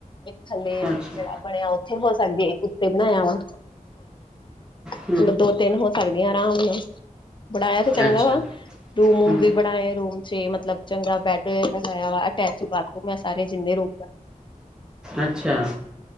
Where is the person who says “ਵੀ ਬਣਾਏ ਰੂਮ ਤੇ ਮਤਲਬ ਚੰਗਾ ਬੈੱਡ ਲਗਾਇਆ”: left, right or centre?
Left